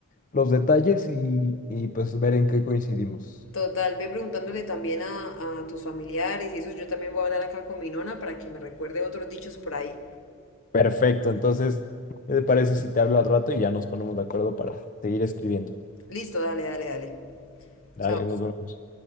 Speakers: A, on the left (about 40°); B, on the left (about 75°).
A: los detalles y, y pues ver en qué coincidimos.
B: Total, ve preguntándole también a, a tus familiares y eso, yo también voy a hablar acá con mi nona para que me recuerde otros dichos por ahí.
A: Perfecto, entonces, ¿qué te parece si te hablo al rato y ya nos ponemos de acuerdo para seguir escribiendo?
B: Listo, dale, dale, dale.
A: Dale,
B: Chao.
A: nos vemos.